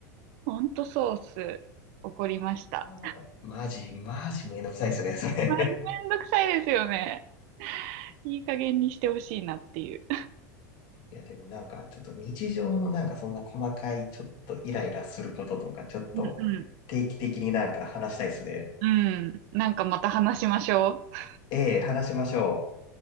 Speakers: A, on the right (about 60°); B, on the left (about 50°).
A: 本当ソース、怒りました。
B: あーマジ、マジめんどくさいっすね、それ。
A: まあ、めんどくさいですよね。いい加減にしてほしいなっていう。
B: いや、でもなんか、ちょっと日常のなんかそんな細かい、ちょっとイライラすることとか、ちょっと定期的になんか話したいですね。
A: うんうん。うん。なんかまた話しましょう。
B: ええ、話しましょう。